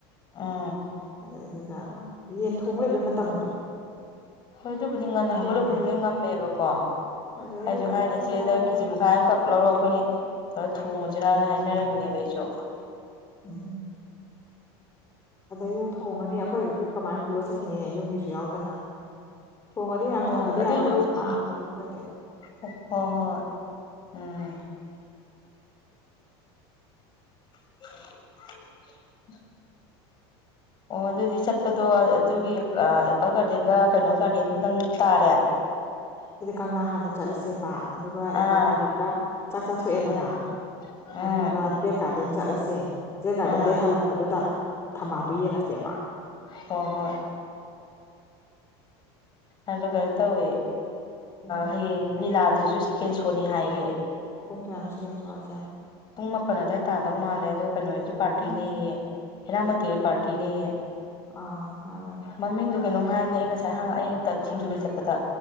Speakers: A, on the left (about 35°); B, on the left (about 20°).
A: ꯑꯣ
B: ꯑꯗꯩꯗꯨꯗ ꯌꯦꯟ ꯊꯣꯡ ꯂꯩꯕꯩ ꯃꯇꯝꯗꯣ
A: ꯍꯣꯏ ꯑꯗꯨꯕꯨꯗꯤ ꯉꯟꯅ
B: ꯁꯦꯡꯅ
A: ꯍꯧꯒꯠꯂꯕꯨꯗꯤ ꯂꯣꯏ ꯉꯝꯃꯦꯕꯀꯣ
B: ꯑꯗꯩꯗꯨꯗ
A: ꯑꯩꯁꯨ ꯍꯥꯏꯔꯤꯅꯤ
B: ꯖꯟ
A: ꯏꯆꯦꯗ
B: ꯖꯥꯟ ꯑꯣꯏꯗ
A: ꯀꯦꯖꯤ ꯃꯨꯛ ꯇꯪꯈꯥꯏ ꯑꯃꯈꯛ ꯂꯧꯔꯒ ꯑꯩꯈꯣꯏꯅ ꯈꯔ ꯊꯣꯡꯉꯁꯤꯔꯅ ꯍꯥꯏꯅꯔꯝꯃꯤꯅꯦꯕ ꯑꯩꯁꯨ
B: <inaudible> ꯑꯗꯩꯗ ꯊꯣꯡꯉꯅꯤ ꯑꯩꯈꯣꯏꯈꯛꯀꯤ ꯀꯃꯥꯏꯅ ꯄꯨꯔ ꯆꯠꯈꯤꯅꯤ ꯌꯨꯝꯒꯤꯁꯨ ꯌꯥꯎꯗꯅ ꯊꯣꯡꯉꯗꯤ ꯃꯌꯥꯝ
A: ꯍꯣꯏ
B: ꯊꯣꯡꯗꯗꯤ
A: ꯑꯗꯨꯏꯁꯨ
B: ꯌꯥꯔꯣꯏ ꯍꯥꯏꯕ <unintelligible> ꯑꯩꯈꯣꯏꯗꯤ
A: <unintelligible> ꯍꯣꯏ ꯎꯝ <inaudible> ꯑꯣ ꯑꯗꯨꯗꯤ ꯆꯠꯄꯗꯣ ꯑꯗꯨꯒꯤ ꯑꯦꯄꯜ ꯒꯥꯔꯗꯦꯟꯒ ꯀꯩꯅꯣ ꯒꯥꯔꯗꯦꯟꯗꯨꯒꯗꯪ ꯇꯥꯔꯦ
B: ꯑꯗꯨꯗꯤ ꯀꯪꯂꯥ ꯍꯥꯟꯅ ꯆꯠꯂꯁꯦꯕ ꯑꯗꯨꯒ ꯑꯦꯄꯜ
A: ꯑꯥ
B: ꯒꯥꯔꯗꯦꯟꯗ ꯆꯥꯛ ꯆꯥꯊꯣꯛꯑꯦꯗꯅ
A: ꯎꯝ ꯎꯝ
B: ꯑꯗꯨꯒ ꯖꯦꯠ ꯒꯥꯔꯗꯦꯟ ꯆꯠꯂꯁꯦ ꯖꯦꯠ ꯒꯥꯔꯗꯦꯟꯗꯩ
A: ꯎꯝ
B: ꯍꯜꯂꯛꯄꯗꯨꯗ ꯊꯝꯕꯥꯜꯗꯨꯣ ꯌꯦꯡꯉꯁꯦꯕ
A: ꯍꯣ ꯍꯣꯏ ꯑꯗꯣ ꯀꯩꯅꯣ ꯇꯧꯋꯦ
B: ꯑꯣ
A: ꯍꯌꯦꯡ ꯂꯤꯂꯥꯗꯨꯁꯨ ꯁꯦꯀꯦꯟ ꯁꯣꯅꯤ ꯍꯥꯏꯌꯦ
B: ꯄꯨꯡ ꯀꯌꯥꯅꯣ ꯁꯦꯀꯦꯟ ꯁꯣ ꯍꯥꯏꯁꯦ
A: ꯄꯨꯡ ꯃꯥꯄꯜ ꯑꯗꯨꯋꯥꯏ ꯇꯥꯗꯧ ꯃꯥꯜꯂꯦ ꯑꯗꯣ ꯀꯩꯅꯣꯍꯣꯏꯒꯤ ꯄꯥꯔꯇꯤꯅꯦꯌꯦ
B: ꯎꯝ
A: ꯍꯦꯔꯥꯃꯣꯇꯤꯍꯣꯏ ꯄꯥꯔꯇꯤꯅꯦꯌꯦ
B: ꯑꯥ ꯍꯥꯏꯕꯟ
A: ꯃꯃꯤꯡꯗꯣ ꯀꯩꯅꯣꯝ ꯍꯥꯏꯕꯅꯦ ꯑꯩ ꯉꯁꯥꯏ ꯍꯪꯉꯛ ꯑꯩ ꯁꯤꯡꯖꯨ ꯂꯩ ꯆꯠꯄꯗ